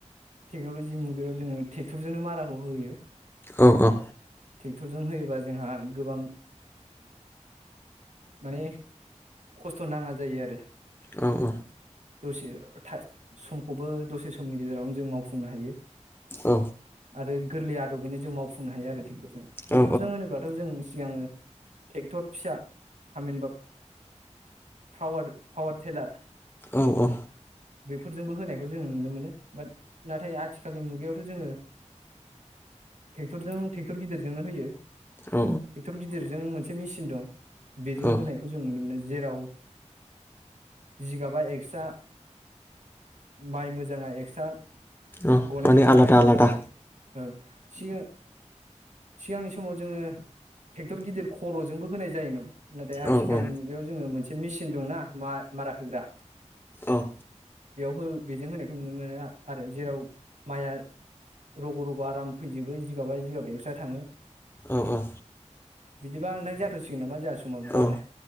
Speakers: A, on the right (about 70°); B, on the left (about 15°).
A: टेक्न'लजि मुगायाव जोङो ट्रेक्टरजोंनो माराखौ होयो
B: औ औ
A: ट्रेक्टरजों होयोबा जोंहा गोबां माने खस्थ' नाङा जायो आरो
B: औ औ
A: दसे समखौबो दसे समनि गेजेरावनो जों मावफुंनो हायो
B: औ
A: आरो गोरलैया बेैनो जों मावफुंनो हायो आरो ट्रेक्टरजों
B: औ
A: होनोब्लाथ' जों सिगाङो ट्रेक्टर फिसा थामहिनबा पावार पावार टेलार
B: औ औ
A: बेफोरजोंबो होनायखौ जों नुनो मोनो बाट नाथाय आथिखालनि मुगायाव जोङोे टेक्टरजों ट्रेक्टर गिदिरजोंनो होयो।
B: औ
A: टेक्टर' जिदिर जों मोनसे मेचिन दं बेजों
B: औ
A: होनायखौ जों नुनो मोनो। जेराव। गाबा एक्सट्रा माइ मोजाङा एक्सट्रा
B: औ
A: गनायखौ
B: माने
A: जों
B: आलादा
A: नुनो
B: आलादा
A: मोनो आरो। औ सिगां सिगांनि समाव जोङो ट्रेक्टर गिदिर खर'जोंबो होनाय जायोमोन नाथाय आथिखालनि
B: औ औ
A: मुगायाव जोङो मोनसे मेसिन दंना मारा होग्रा
B: औ।
A: बेयाव हो बेजों होनायखौ नुनो मोनो आरो जेराव माइया रग' रग' आराम फैजोबो जिगाबा जिगाब एक्सट्रा थाङो
B: औ औ।
A: बिदिबा नोंथां जाथ'सिगोन नामा जोंहा। समाबो जाबाय
B: औ